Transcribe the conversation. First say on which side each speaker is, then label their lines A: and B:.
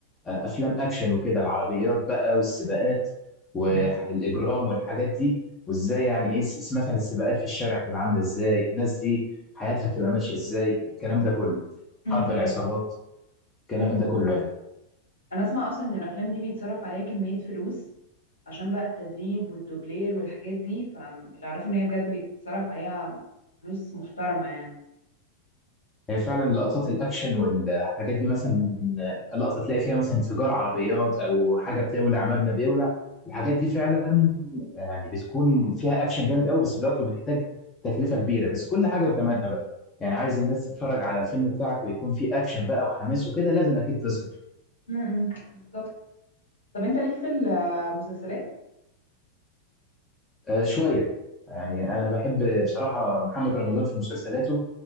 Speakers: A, on the left; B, on the left.
A: آه، افلام اكشن وكده العربيات بقى والسباقات والاجرام
B: مم.
A: والحاجات دي وازاي يعني ايه س- مثلا السباقات في الشارع بتبقى عامله ازاي الناس دي حياتها بتبقى ماشيه ازاي الكلام ده كله حرب
B: مم.
A: العصابات الكلام
B: مم.
A: ده كله يعني
B: انا اسمع اصلا ان الافلام دي بيتصرف عليها كمية فلوس عشان بقى التدريب والدوبلير والحاجات دي فاللي اعرفه ان هي بجد بيتصرف عليها فلوس محترمة يعني
A: هي فعلا لقطات الاكشن والحاجات دي مثلا لقطه تلاقي فيها مثلا انفجار عربيات او حاجه بتولع مبنى بيولع الحاجات دي فعلا يعني بتكون فيها اكشن جامد قوي بس برضه بتحتاج تكلفه كبيره بس كل حاجه وثمنها بقى يعني عايز الناس تتفرج على الفيلم بتاعك ويكون فيه اكشن بقى وحماس وكده لازم اكيد تصرف
B: امم بالظبط طب انت ليك في المسلسلات
A: آه، شوية يعني أنا بحب بصراحة محمد رمضان في مسلسلاته